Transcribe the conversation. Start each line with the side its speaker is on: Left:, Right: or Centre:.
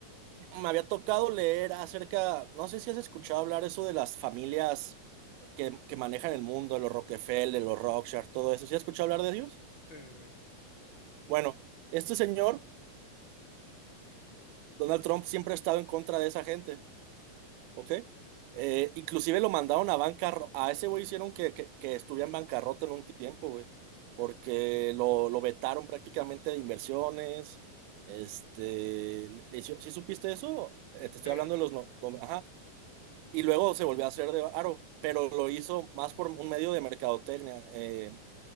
Right: me había tocado leer acerca, no sé si has escuchado hablar eso de las familias que, que manejan el mundo, los Rockefeller, los Rothschild, todo eso. ¿Sí has escuchado hablar de ellos?
Left: Sí, sí,
Right: Bueno, este señor, Donald Trump, siempre ha estado en contra de esa gente. ¿ok?
Left: sí.
Right: Eh,
Left: Ujú.
Right: inclusive lo mandaron a bancarrota, a ese güey hicieron que, que, que estuviera en bancarrota en un tiempo, güey, porque lo, lo vetaron prácticamente de inversiones, este, le hizo- ¿sí supiste eso? Eh, te estoy
Left: Sí,
Right: hablando de los, no, no- ajá, y luego se volvió a hacer de Aro, pero lo hizo más por un medio de mercadotecnia. eh.